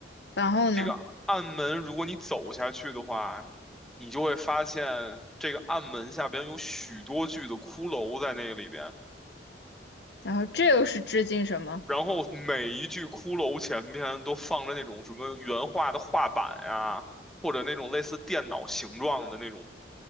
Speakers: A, on the left; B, in the centre.
A: 然后呢？
B: 这个暗门，如果你走下去的话，你就会发现这个暗门下边有许多具的骷髅在那里边，
A: 然后这又是致敬什么？
B: 然后每一具骷髅前边都放着那种什么原画的画板呀、或者那种类似电脑形状的那种